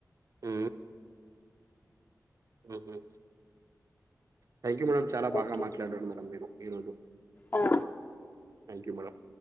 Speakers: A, on the right (about 55°); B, on the left (about 30°).
A: ఊ ఊహు థ్యాంక్ యూ మేడం చాలా బాగా
B: ఓకే
A: మాట్లాడాడు
B: అమ్మ
A: మేడం మీరు ఈ రోజు
B: ఆ
A: థ్యాంక్ యూ మేడం